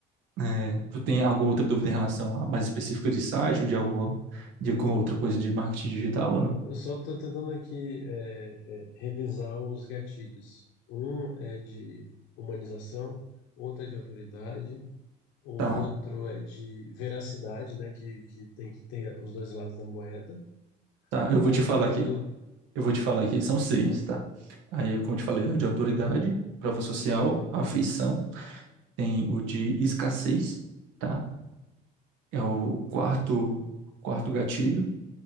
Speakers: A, on the right; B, on the left.
A: eh, tu tem alguma outra dúvida em relação a mais específica de site ou de alguma, de alguma outra coisa de marketing digital ou não?
B: Eu só tô tentando aqui é, é, revisar os gatilhos. Um é de humanização, outro é de autoridade, o outro
A: Tá,
B: é de veracidade, né? Que, que tem que ter os dois lados da moeda.
A: tá, eu
B: O
A: vou
B: outro
A: te falar
B: agora
A: aqui.
B: eu não.
A: Eu vou te falar aqui, são seis,
B: Aham.
A: tá? Aí, como eu te falei, é o de autoridade, prova social, afeição,
B: Uhum.
A: tem o de escassez, tá? É o quarto,
B: Massa.
A: o quarto gatilho.